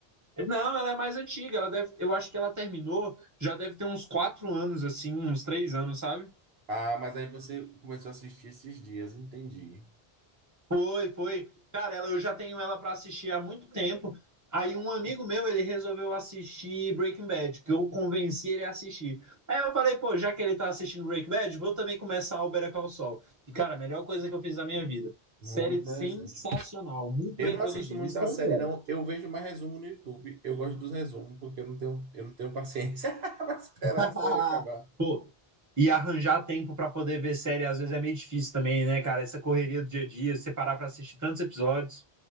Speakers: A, on the right (about 15°); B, on the right (about 70°).
A: Não, ela é mais antiga, ela deve, eu acho que ela terminou, já deve ter uns quatro anos, assim, uns três anos, sabe?
B: Ah, mas aí você começou a assistir esses dias, entendi.
A: foi, foi. Cara, ela, eu já tenho ela para assistir há muito tempo. Aí um amigo meu, ele resolveu assistir Breaking Bad, que eu convenci ele a assistir. Aí eu falei, pô, já que ele tá assistindo Breaking Bad, vou também começar o Better Call Saul. E, cara, a melhor coisa que eu fiz na minha vida.
B: Muito
A: Série
B: interessante.
A: sensacional, muito
B: Eu
A: bem
B: não
A: produzida.
B: assisto muita
A: Isso é
B: série,
A: o melhor.
B: não. Eu vejo mais resumo no YouTube. Eu gosto dos resumos, porque eu não tenho, eu não tenho paciência <laughs> para esperar
A: <laughs>
B: a série acabar.
A: Pô, e arranjar tempo pra poder ver série às vezes é meio difícil também, né, cara? Essa correria do dia a dia, separar pra assistir tantos episódios.